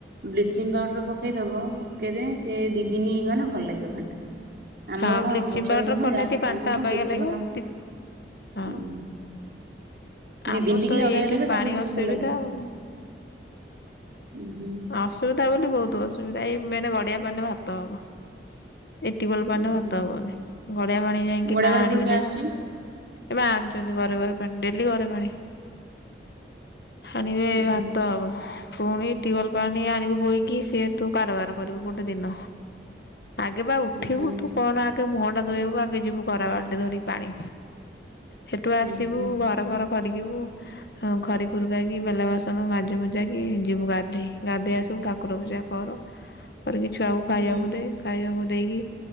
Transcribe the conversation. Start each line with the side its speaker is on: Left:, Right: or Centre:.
Right: ବ୍ଲିଚିଂ ପାଉଡ଼ର ପକେଇଦବ, ପକେଇଦେଁ ସେ ଦି ଦିନି ଗନେ ଭଲ ଲାଗିବ ପାଣିଟା। ଆମର
Left: ହଁ
Right: କଣ
Left: ବ୍ଲିଚିଂ
Right: ବର୍ଷା
Left: ପାଉଡ଼ର
Right: ଦିନ ହଉ
Left: ପଡ଼ନେ
Right: ଯାହା
Left: ଟିକେ
Right: ଯୋଉ
Left: ପାଣିଟା
Right: ଦିନ ହଉ
Left: ଅବାଗିଆ
Right: ବ୍ଲିଚିଂ
Left: ଲାଗିବ
Right: ପାଉଡର ଆମେ
Left: ଦିତ୍ ହଁ
Right: ହୁଁ ଦି
Left: ଆମର
Right: ଦିନ ଟିକେ
Left: ତ
Right: ଅବାଗିଆ
Left: ଏଇଠି
Right: ଲାଗିବ ତାପରେ
Left: ପାଣି ଅସୁବିଧା
Right: ଭଲ ଲାଗିବ ପାଣିଟା।
Left: ଆଉ।
Right: ଉଁ ହୁଁ।
Left: ଅସୁବିଧା ବୋଲି ବୋହୁତୁ ଅସୁବିଧା। ଏଇ ମେନେ ଗଡ଼ିଆ ପାଣିରେ ଭାତ ହବ। ଏଇ ଟିବଲ ପାଣିରେ
Right: ଉଁ
Left: ଭାତ
Right: ହୁଁ
Left: ହବନେଇ। ଗଡି଼ଆ ପାଣି ଯାଇଁକି
Right: ଗୋଡିଆ
Left: ମା
Right: ପାଣି
Left: ଆଣିବେ
Right: ପୁଣି
Left: ଡେ
Right: ଆଣୁଚି।
Left: ଏ ମା ଚନ୍ତି ଗରେ ଗରେ ପାଣି। ଡେଲି ଗରେ ପାଣି। ହାଣିବେ
Right: ଉଁ ହୁଁ
Left: ଭାତ ହବ। ପୁଣି ଟିୱଲ ପାଣି ଆଣିବୁ ବୋହିକି ସିଏ ତୁ କାରବାର କରିବୁ ଗୋଟେ ଦିନ। ଆଗେ ପା ଉଠିବୁ
Right: ଉଁ ହୁଁ
Left: ତୁ କଣ ଆ କେ ମୁହଁଟା ଧୋଇହବୁ। ଆଗେ ଯିବୁ ଗରା ବାଲଟି ଧରିକି ପାଣି ହେଠୁ ଆସିବୁ
Right: ଉଁ ହୁଁ।
Left: ଘ ଡ ଫର ଖରକିବୁ। ହଁ ଖରି ଖୁରୁକାକି ବେଲା ବାସନ ମାଜି ମୁଜାକି ଯିବୁ ଗା ଧେଇ। ଗାଧେଇ ଆସିବୁ ଠାକୁର ପୂଜା କର। କରିକି ଛୁଆକୁ ଖାଇବାକୁ
Right: ହୁଁ
Left: ଦେ। ଖାଇଆକୁ ଦେଇକି